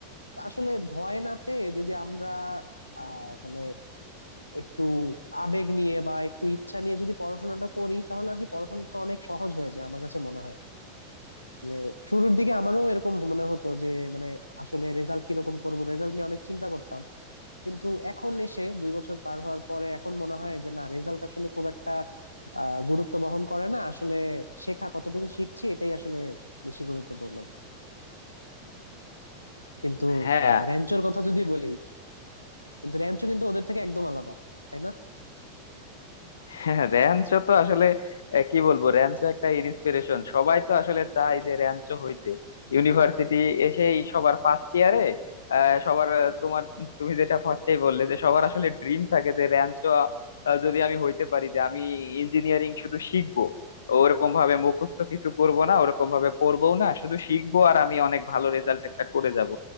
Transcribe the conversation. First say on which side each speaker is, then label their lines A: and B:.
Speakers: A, on the left (about 85°); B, on the left (about 65°).
A: তো আসলে ভয় না পেয়ে যদি আমরা আহ মানে একটু আবেগ নিয়ে বা একটু ইচ্ছা নিয়ে যদি পড়াশোনাটা করি তাহলে আর কি পড়াশোনাটা অনেক সহজ হয়ে যায় আমার কাছে মনে হয় যে শুরুর দিকে আমারও এরকম মনে হতো যে মানে আসলে রেজাল্ট কিরকম করব রেজাল্ট নিয়ে অনেক চিন্তা করতাম কিন্তু এখন এসে দুই বছর পার হওয়ার পরে এখন মনে হয় যে না রেজাল্ট আসলে খুব একটা আহ গুরুত্ব বহন করে না আসলে শেখা কতটুকু শিখছি এটাই আসলে বেশি গুরুত্বপূর্ণ কিন্তু
B: হ্যাঁ
A: র্যাঞ্চোর কথা যদি বলি কিন্তু র্যাঞ্চো কিন্তু ওদের থেকে একদম আলাদা তাই না
B: হ্যাঁ র্যাঞ্চো তো আসলে আহ, কি বলবো র্যাঞ্চো একটা ইন্সপিরেশন সবাই তো আসলে চায় যে র্যাঞ্চো হইতে ইউনিভার্সিটি এসেই সবার ফার্স্ট ইয়ারে সবার আহ, তোমার তুমি যেটা ফার্স্টেই বললে যে সবার আসলে ড্রিম থাকে যে র্যাঞ্চো আহ, যদি আমি হইতে পারি যে আমি ইঞ্জিনিয়ারিং শুধু শিখবো ওরকম ভাবে মুখস্থ কিছু করব না ওরকম ভাবে পড়বো না শুধু শিখবো আর আমি অনেক ভালো রেজাল্ট একটা করে যাব